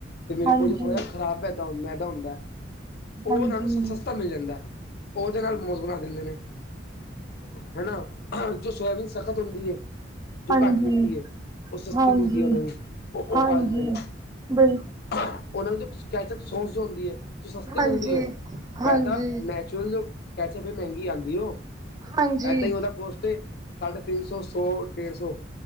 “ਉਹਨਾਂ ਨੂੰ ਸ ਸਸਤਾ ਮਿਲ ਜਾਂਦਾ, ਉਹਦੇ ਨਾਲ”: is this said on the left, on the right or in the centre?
Left